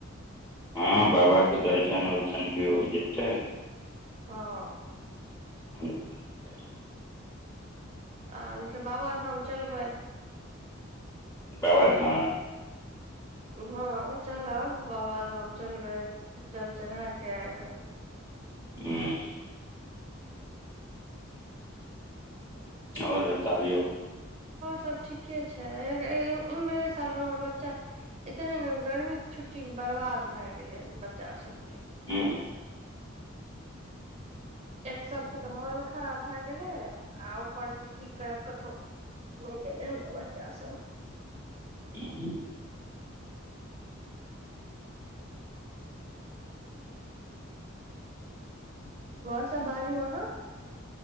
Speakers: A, on the left (about 15°); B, on the right (about 30°).
A: हँ बाबाके दर्शन उर्शन भी होइ जतै
B: हँ
A: म
B: आ तऽ बाबाधाम चलबै
A: बाबाधाम
B: हँ चलब बाबाधाम चलबैचल चढ़ा कऽ अयबै
A: ह्म आओर बताबियौ
B: सब ठीके छैय इमहरे साल हमर बच्चा एतने ने गर्मी के छुट्टी बर्बाद भए गेलै बच्चा सबके
A: हँ
B: एक सप्त तऽ मोन खराब भए गेलै आ ऊपर से पी कऽ कतहु नहि गेलै हमरा बच्चाा सब।
A: हूँ
B: आओर सब बाजू अहाँ।